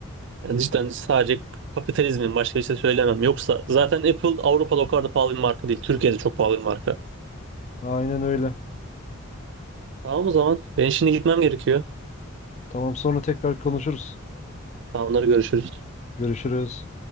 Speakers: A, on the right; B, on the left.
A: Yani cidden sadece kapitalizmin başka bir şey söylemem. Yoksa zaten Apple Avrupa'da o kadar da pahalı bir marka değil. Türkiye'de çok pahalı bir marka.
B: Aynen öyle.
A: Tamam o zaman. Ben şimdi gitmem gerekiyor.
B: Tamam sonra tekrar konuşuruz.
A: Tamamları görüşürüz.
B: Görüşürüz.